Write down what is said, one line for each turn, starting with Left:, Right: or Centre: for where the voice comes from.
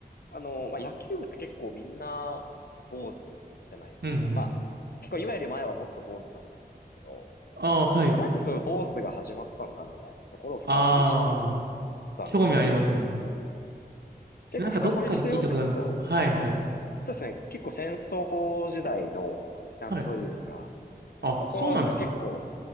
Left: あの、まあ、野球部って結構みんな坊主じゃないですか。
Right: うん、うん。
Left: まあ、結構今より前はもっと坊主だったんですけど、
Right: ああ、はい。
Left: まあ、なんでその坊主が始まったのかみたいなところを深掘りしていく
Right: ああ、
Left: 番組とかですかね。
Right: 興味ありますね。
Left: 結構深掘りしておくと、
Right: なんかどっかで聞いたことあるな。はい、はい。
Left: そうですね、結構戦争時代のまあ遺産というか、
Right: はい。あ、
Left: そこが結構、
Right: そうなんですか。